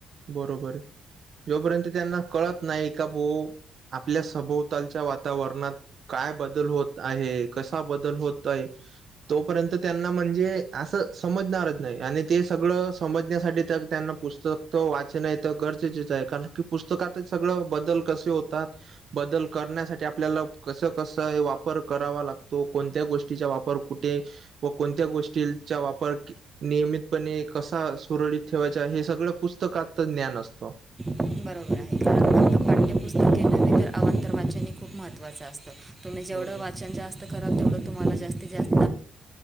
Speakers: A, on the right; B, on the right.
A: बरोबर आहे जोपर्यंत त्यांना कळत नाही का भो. आपल्या सभोवतालच्या वातावरणात. काय बदल होत आहे कसा बदल होत आहे. तोपर्यंत त्यांना म्हणजे असं समजणारच नाही आणि ते सगळं समजण्यासाठी तर त्यांना. पुस्तक वाचन तर गरजेचेच आहे कारण की पुस्तकात सगळं बदल कसे होतात. बदल करण्यासाठी आपल्याला कस कस वापर करावा लागतो कोणत्या गोष्टी. गचा वापर कुठे व कोणत्या गोष्टीचा वापर. नियमितपणे कसा सुरळीत ठेवायचा हे सगळं पुस्तकात ज्ञान असतं.
B: बरोबर आहे. कारण फक्त पाठ्यपुस्तके नव्हे तर अवांतर वाचनही खूप महत्त्वां असतं तुम्ही जेवढं
A: बरोबर
B: वाचन जास्त करत थोडं तुम्हाला जास्तीत जास्त